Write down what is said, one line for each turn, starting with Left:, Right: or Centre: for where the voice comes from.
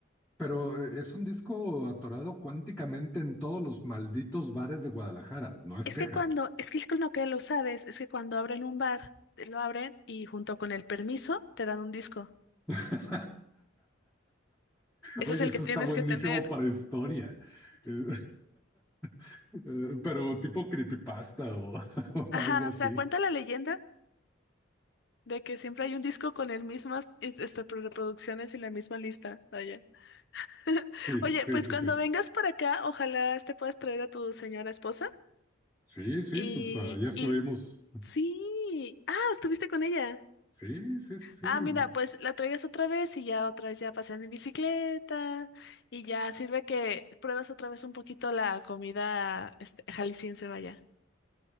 Centre: Pero eh, es un disco atorado cuánticamente en todos los malditos bares de Guadalajara. No es
Left: Es
Centre: queja.
Left: que cuando, es que lo que lo sabes, es que cuando abren un bar, te lo abren y junto con el permiso te dan un disco.
Centre: <laughs>
Left: Ese
Centre: Oye,
Left: es el
Centre: eso
Left: que tienes
Centre: está buenísimo
Left: que tener.
Centre: para historia. Eh, <laughs> eh, Pero tipo creepypasta o, <laughs>
Left: Ajá,
Centre: o algo así.
Left: o sea, cuenta la leyenda de que siempre hay un disco con el mismas es- este, pro- reproducciones y la misma lista. Vaya. <laughs>
Centre: Sí,
Left: Oye,
Centre: sí,
Left: pues
Centre: sí,
Left: cuando
Centre: sí.
Left: vengas para acá, ojalá te puedas traer a tu señora esposa.
Centre: Sí, sí,
Left: Y,
Centre: pues ah, ya estuvimos.
Left: y sí. Ah, estuviste con ella.
Centre: Sí, sí, sí,
Left: Ah, mira,
Centre: sí.
Left: pues la traigas otra vez y ya otra vez ya pasean en bicicleta y ya sirve que pruebas otra vez un poquito la comida este, jalisciense, vaya.